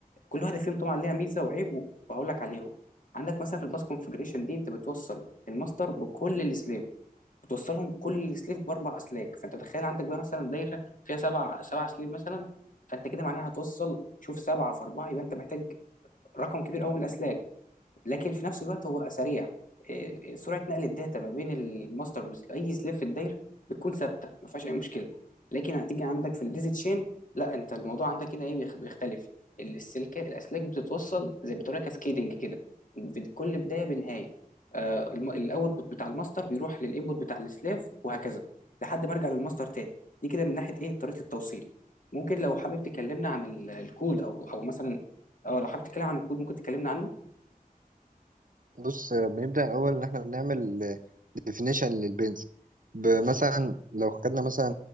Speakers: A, on the left; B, on the right.
A: كل واحده فيهم طبعا ليها ميزه وعيب وهقول لك عليهم عندك مثلا في الباس كونفيجريشن دي انت بتوصل الماستر بكل السليف بتوصلهم كل سليف باربع اسلاك فانت تخيل عندك بقى مثلا دايره فيها سبع سبع سليف مثلا فانت كده معناها هتوصل شوف سبعه في اربعه يبقى انت محتاج رقم كبير قوي من الاسلاك لكن في نفس الوقت هو سريع إيه، سرعه نقل الداتا ما بين الماستر لاي سليف في الداير بتكون ثابته ما فيهاش اي مشكله لكن هتيجي عندك في الديزي تشين لا انت الموضوع عندك هنا ايه بيخ- بيختلف السلك الاسلاك بتتوصل زي بتقول كاسكيدنج كده بد- كل بدايه بنهايه آه الاوتبوت بتاع الماستر بيروح للانبوت بتاع السليف وهكذا لحد ما ارجع للماستر تاني دي كده من ناحيه ايه طريقه التوصيل ممكن لو حابب تكلمنا عن ال- الكود او او مثلا اه لو حابب تتكلم عن الكود ممكن تكلمنا عنه
B: بص بنبدأ الأول إن إحنا بنعمل definition للبنز مثلا لو خدنا مثلا